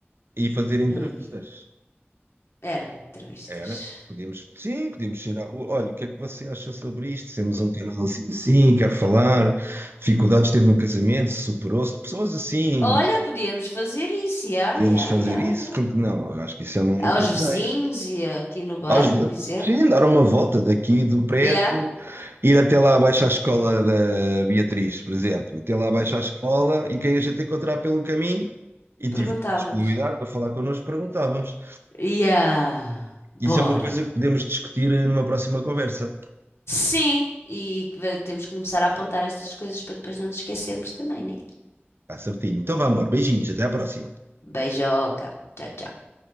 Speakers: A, on the right (about 60°); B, on the left (about 75°).
A: e fazer entrevistas.
B: Hum, era, entrevistas.
A: Era? Podíamos, sim, podíamos sair à rua. Olha, o que é que você acha sobre isto? Temos um canal assim, assim, quero falar. Dificuldades teve no casamento, superou-se. Pessoas assim,
B: Olha, podíamos fazer isso, já,
A: podíamos
B: já,
A: fazer
B: já,
A: isso,
B: já.
A: porque não? Eu acho que isso é uma muito
B: Aos
A: boa
B: vizinhos
A: ideia.
B: e aqui no bairro,
A: Aos,
B: por exemplo.
A: sim, dar uma volta daqui do prédio,
B: Já,
A: ir até lá abaixo à escola da Beatriz, por exemplo, até lá abaixo à escola e quem a gente encontrar pelo caminho e tiver
B: perguntávamos.
A: disponibilidade para falar connosco, perguntávamos.
B: Já, bora.
A: Isso é uma coisa que podemos discutir numa próxima conversa.
B: Sim, e que va- temos que começar a apontar estas coisas para depois não nos esquecermos também, né?
A: Está certinho. Então vá, amor, beijinhos, até à próxima.
B: Beijoca. Tchau, tchau.